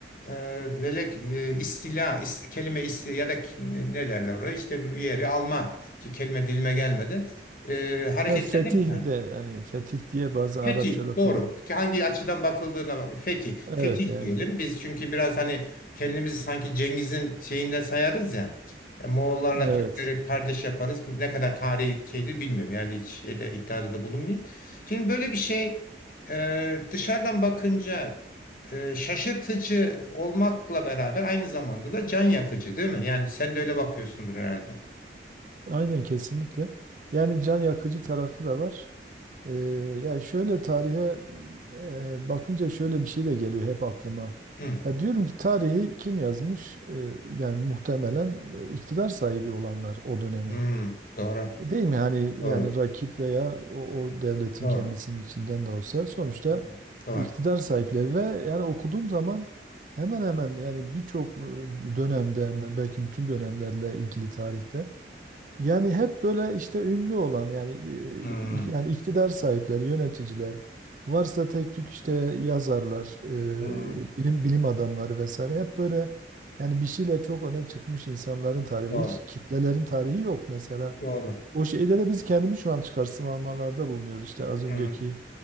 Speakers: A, on the left; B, on the right.
A: eee velek eee, istila, ist- kelime istila ya da kim- ne derler oraya işte bir yeri alma ki kelime dilime gelmedi. Eee hareketlerden
B: Ha, fetih
A: bir tane.
B: de yani fetih diye bazen
A: Fetih
B: Arapçada
A: doğru.
B: kullan.
A: Ki Hangi açıdan bakıldığına bak- fetih.
B: Evet
A: Fetih
B: yani.
A: diyelim. Biz çünkü biraz hani kendimizi sanki Cengiz'in şeyinde sayarız ya. E, Moğollarla
B: Evet.
A: Türkleri kardeş yaparız. Ne kadar tarihi şeydir bilmiyorum. Yani hiç şeyde, iddiada da bulunmayayım. Şimdi böyle bir şey e, dışarıdan bakınca e, şaşırtıcı olmakla beraber aynı zamanda da can yakıcı değil mi? Yani sen de öyle bakıyorsundur herhalde.
B: Aynen kesinlikle. Yani can yakıcı tarafı da var. Ee, yani şöyle tarihe e, bakınca şöyle bir şey de geliyor hep aklıma.
A: Hı.
B: Ya diyorum ki tarihi kim yazmış? Ee, yani muhtemelen e, iktidar sahibi olanlar o dönemin.
A: Hı. Doğru.
B: Değil mi? Hani
A: Doğru.
B: yani rakip veya o, o devletin
A: Doğru.
B: kendisinin içinden de olsa sonuçta
A: Hı. Doğru.
B: iktidar sahipleri ve yani okuduğum zaman hemen hemen yani birçok e, dönemde hemen belki bütün dönemlerle ilgili tarihte yani hep böyle işte ünlü olan yani bir-
A: Hı.
B: yani iktidar sahipleri, yöneticiler, varsa tek tük işte yazarlar,
A: Hı.
B: e, bilim bilim adamları vesaire hep böyle yani bir şeyle çok öne çıkmış insanların tarihi,
A: Doğru.
B: hiç kitlelerin tarihi yok mesela.
A: Doğru.
B: O şeyde de biz kendimiz şu an çıkarsamalarda bulunuyoruz işte az önceki
A: Hı hı.